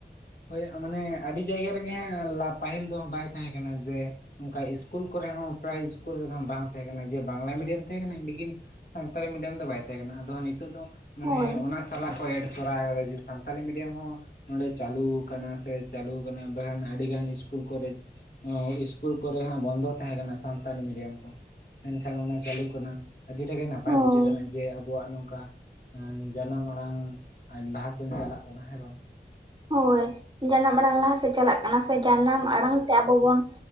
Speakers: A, on the left; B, on the right.
A: ᱦᱳᱭ ᱢᱟᱱᱮ ᱟᱹᱰᱤ ᱡᱟᱭᱜᱟ ᱨᱮᱜᱮ ᱦᱟᱸᱜ ᱞᱟ ᱯᱟᱹᱦᱤᱞ ᱫᱚ ᱵᱟᱭ ᱛᱟᱦᱮᱸ ᱠᱟᱱᱟ ᱡᱮ ᱱᱚᱠᱟ ᱤᱥᱠᱩᱞ ᱠᱚᱨᱮ ᱦᱚᱸ ᱯᱨᱟᱭ ᱤᱥᱠᱩᱞ ᱨᱮᱦᱚᱸ ᱵᱟᱝ ᱛᱟᱦᱮᱸ ᱠᱟᱱᱟ ᱡᱮ ᱵᱟᱝᱞᱟ ᱢᱤᱰᱤᱭᱟᱢ ᱛᱟᱦᱮᱸ ᱠᱟᱱᱟ ᱞᱮᱠᱤᱱ ᱥᱟᱱᱛᱟᱲᱤ ᱢᱤᱰᱤᱭᱟᱢ ᱫᱚ ᱵᱟᱭ ᱛᱮᱦᱮᱸ ᱠᱟᱱᱟ ᱟᱫᱚ ᱦᱟᱸᱜ ᱱᱤᱛᱚᱜ ᱫᱚ ᱢᱟᱱᱮ
B: ᱦᱳᱭ
A: ᱚᱱᱟ ᱥᱟᱞᱟᱜ ᱠᱚ ᱮᱰ ᱛᱚᱨᱟ ᱠᱟᱫᱟ ᱡᱮ ᱥᱟᱱᱛᱟᱞᱤ ᱢᱤᱰᱤᱭᱟᱢ ᱦᱚᱸ ᱱᱚᱰᱮ ᱪᱟᱹᱞᱩᱣ ᱠᱟᱱᱟ ᱥᱮ ᱪᱟᱹᱞᱩᱣ ᱠᱟᱱᱟ ᱵᱟᱠᱷᱟᱱ ᱟᱹᱰᱤ ᱜᱟᱱ ᱤᱥᱠᱩᱞ ᱠᱚᱞᱮᱡᱽ ᱚᱸᱻ ᱤᱥᱠᱩᱞ ᱠᱚᱨᱮ ᱦᱟᱸᱜ ᱵᱚᱱᱫᱚ ᱛᱟᱦᱮᱸ ᱠᱟᱱᱟ ᱥᱟᱱᱛᱟᱞᱤ ᱢᱤᱰᱤᱭᱟᱢ ᱠᱚ᱾ ᱢᱮᱱᱠᱷᱟᱱ ᱚᱱᱟ ᱪᱟᱹᱞᱩᱜ ᱠᱟᱱᱟ ᱟᱹᱰᱤᱴᱟᱜ ᱜᱮ ᱱᱟᱯᱟᱭ
B: ᱦᱳᱭ
A: ᱵᱩᱡᱷᱟᱹᱜ ᱠᱟᱱᱟ ᱡᱮ ᱟᱵᱚᱣᱟᱜ ᱱᱚᱝᱠᱟ ᱟᱸ ᱡᱟᱱᱟᱢ ᱟᱲᱟᱝ ᱞᱟᱦᱟ ᱥᱮᱱ ᱪᱟᱞᱟᱜ ᱠᱟᱱᱟ ᱦᱮᱸ ᱵᱟᱝ
B: ᱦᱳᱭ ᱡᱟᱱᱟᱢ ᱟᱲᱟᱝ ᱞᱟᱦᱟ ᱥᱮᱫ ᱪᱟᱞᱟᱜ ᱠᱟᱱᱟ ᱥᱮ ᱡᱟᱱᱟᱢ ᱟᱲᱟᱝ ᱛᱮ ᱟᱵᱚ ᱵᱚᱱ